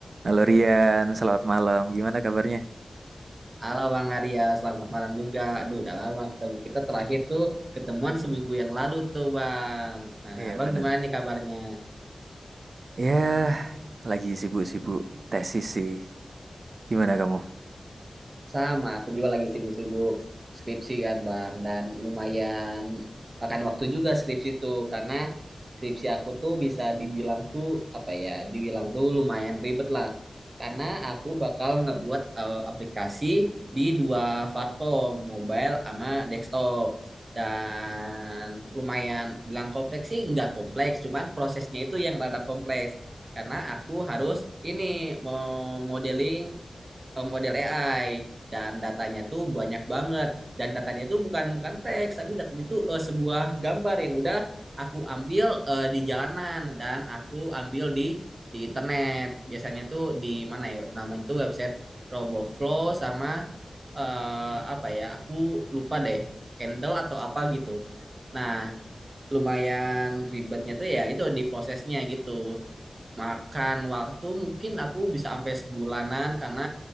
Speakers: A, on the right; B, on the right.
A: Halo Rian, selamat malam. Gimana kabarnya?
B: Halo Bang Arya, selamat malam juga. Aduh, udah lama ketemu. Kita terakhir tuh ketemuan seminggu yang lalu tuh Bang. Nah,
A: Iya
B: Bang
A: bener.
B: gimana nih kabarnya?
A: Ya, lagi sibuk-sibuk tesis sih. Gimana kamu?
B: Sama, aku juga lagi sibuk-sibuk skripsi kan Bang dan lumayan makan waktu juga skripsi itu karena skripsi aku tuh bisa dibilang tuh apa ya, dibilang tuh lumayan ribet lah. Karena aku bakal ngebuat eh, aplikasi di dua platform, mobile sama desktop. Dan lumayan bilang kompleks sih nggak kompleks, cuman prosesnya itu yang rada kompleks. Karena aku harus ini mau modeling eh, model AI dan datanya tuh banyak banget dan datanya itu bukan bukan teks tapi datanya itu eh, sebuah gambar yang udah aku ambil eh, di jalanan dan aku ambil di di internet biasanya tuh di mana ya namanya tuh website RoboFlow sama eh, apa ya aku lupa deh Candle atau apa gitu nah lumayan ribetnya tuh ya itu di prosesnya gitu makan waktu mungkin aku bisa sampai sebulanan karena